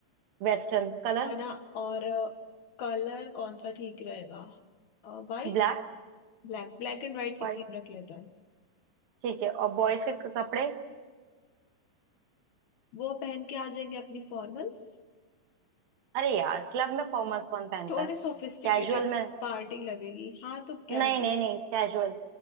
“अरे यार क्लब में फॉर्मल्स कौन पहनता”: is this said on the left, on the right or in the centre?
Right